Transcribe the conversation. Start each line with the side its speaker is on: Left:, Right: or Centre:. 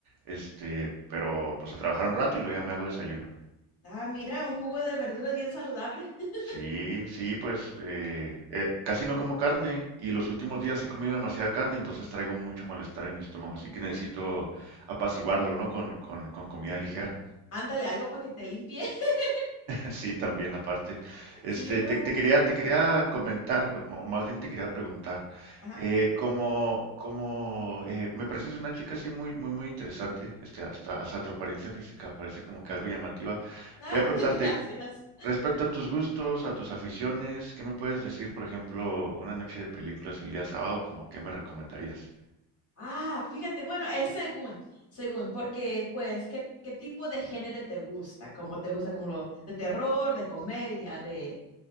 Right: este, pero pues a trabajar un rato y luego ya me hago desayuno.
Left: Ah, mira, un jugo de verduras bien saludable. <laughs>
Right: Sí, sí, pues eh, eh, casi no como carne y los últimos días he comido demasiada carne, entonces traigo mucho malestar en mi estómago, así que necesito apaciguarlo, ¿no? Con, con, con comida ligera.
Left: Ándale, algo para que te limpie. <laughs>
Right: Sí, también aparte. Este,
Left: Sí, ¿verdad?
Right: te, te quería, te quería comentar, o mo- más bien te quería preguntar,
Left: Ajá.
Right: eh, como, como eh, me pareces una chica así muy, muy, muy interesante, este, hasta, hasta tu apariencia física parece como que algo llamativa.
Left: Ah,
Right: Quería
Left: <laughs>
Right: preguntarte,
Left: gracias.
Right: respecto a tus gustos, a tus aficiones, ¿qué me puedes decir, por ejemplo, una noche de películas el día sábado, como qué me recomendarías?
Left: Ah, fíjate, bueno, es según, según, porque pues, ¿qué, qué tipo de género te gusta? ¿Cómo te gusta? ¿Como lo de terror, de comedia, de,